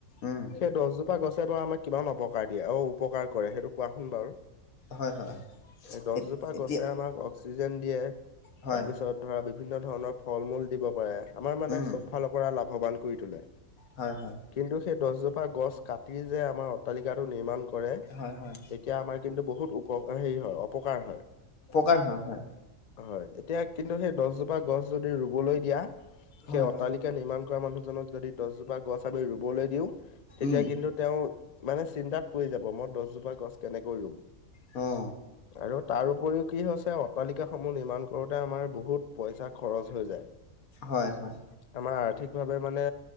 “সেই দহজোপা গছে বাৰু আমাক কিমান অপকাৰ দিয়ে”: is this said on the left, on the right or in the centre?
Left